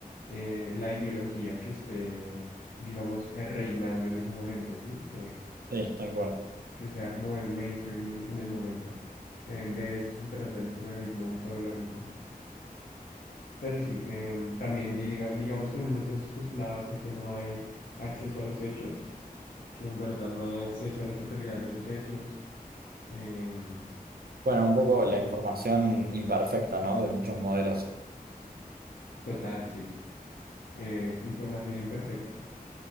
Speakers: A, on the left; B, on the right.
A: eh, la ideología que esté, digamos, eh, reinando en ese momento, ¿sí? Que,
B: sí, tal cual.
A: que sea como el mainstream en, en el momento. Eh, de esto se trata el pluralismo metodológico. Pero sí, em, también diriga digamos que uno de sus postulados es que no hay acceso a los hechos, que en verdad no hay acceso a la totalidad de los hechos. em,
B: Bueno, un poco la información imperfecta, ¿no? De muchos modelos.
A: total, sí. Eh, información imperfecta.